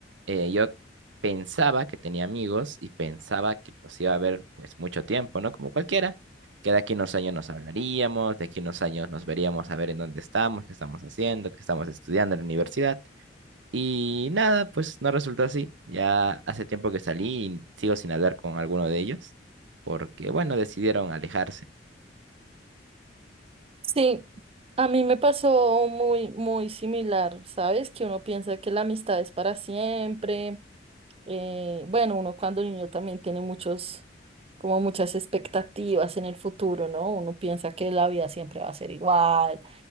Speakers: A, on the right; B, on the right.
A: eh, yo pensaba que tenía amigos y pensaba que los iba a ver pues mucho tiempo, ¿no? Como cualquiera, que de aquí a unos años nos hablaríamos, de aquí a unos años nos veríamos a ver en dónde estamos, qué estamos haciendo, qué estamos estudiando en la universidad. Y nada, pues no resultó así. Ya hace tiempo que salí y sigo sin hablar con alguno de ellos, porque bueno, decidieron alejarse.
B: Sí, a mí me pasó muy, muy similar, ¿sabes? Que uno piensa que la amistad es para siempre. eh, bueno, uno cuando niño también tiene muchos, como muchas expectativas en el futuro, ¿no? Uno piensa que la vida siempre va a ser igual,